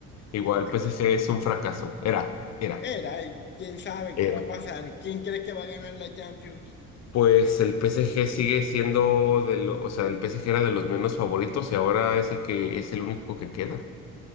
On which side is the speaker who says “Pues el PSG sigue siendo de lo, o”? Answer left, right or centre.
Left